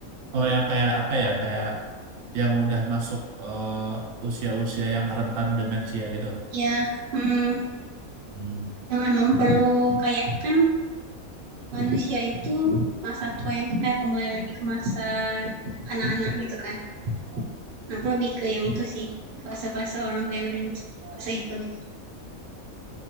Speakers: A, on the right; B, on the right.
A: Oh, yang kayak apa ya? Kayak yang udah masuk eh, usia-usia yang rentan demensia gitu.
B: Ya, hmm,
A: Hmm,
B: yang emang perlu kayak kan manusia itu masa tuanya tuh kayak kembali lagi ke masa anak-anak gitu kan. Nah, aku lebih ke yang itu sih. Fase-fase orang tua yang udah di fase itu gitu.